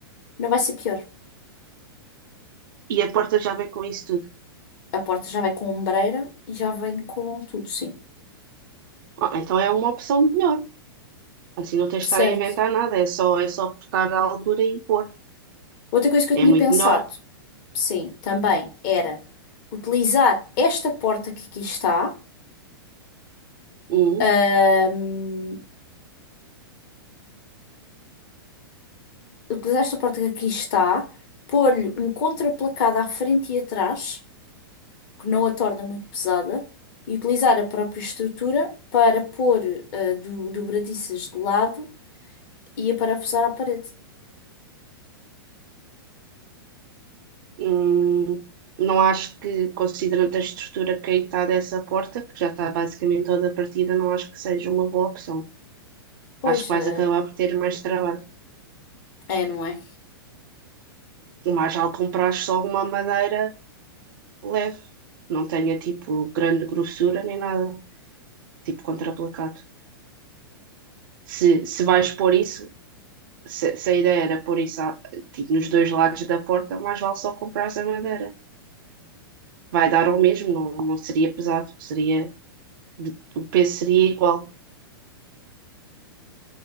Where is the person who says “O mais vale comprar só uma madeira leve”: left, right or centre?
Right